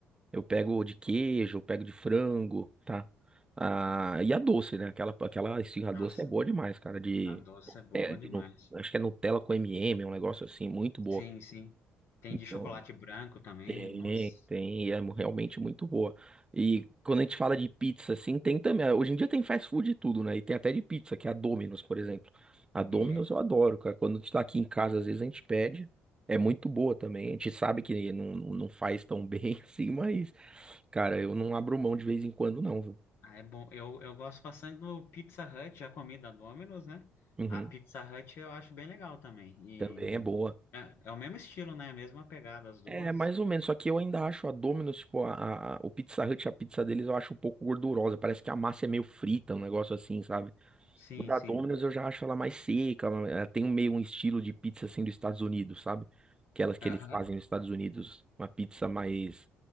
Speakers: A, on the right; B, on the left.
A: Eu pego de queijo, eu pego de frango, tá? Ah, e a doce, né? Aquela, aquela esfirra
B: Nossa,
A: doce é boa demais, cara. De,
B: a doce é boa
A: é, de
B: demais.
A: nu- acho que é Nutella com M&M, é um negócio assim, muito boa.
B: Sim, sim. Tem
A: Então,
B: de chocolate branco também,
A: tem,
B: nossa.
A: tem, e é mu- realmente muito boa. E quando a gente fala de pizza, assim, tem também. Hoje em dia tem fast food e tudo, né? E tem até de pizza, que é a Domino's, por exemplo. A Domino's
B: é
A: eu adoro, cara. Quando a gente tá aqui em casa, às vezes a gente pede. É muito boa também. A gente sabe que não, não não faz tão <laughs> bem assim, mas, cara, eu não abro mão de vez em quando, não, viu?
B: Ah, é bom. Eu, eu gosto bastante do Pizza Hut, a comida Domino's, né?
A: Uhum.
B: A Pizza Hut eu acho bem legal também. E
A: Também é boa.
B: é, é o mesmo estilo, né? A mesma pegada, as duas.
A: É, mais ou menos, só que eu ainda acho a Domino's, tipo, a, a- a- o Pizza Hut, a pizza deles, eu acho um pouco gordurosa. Parece que a massa é meio frita, um negócio assim, sabe?
B: Sim,
A: O da
B: sim.
A: Domino's eu já acho ela mais seca, ela tem um meio um estilo de pizza assim dos Estados Unidos, sabe? Aquelas que
B: Aham.
A: eles fazem nos Estados Unidos, uma pizza mais,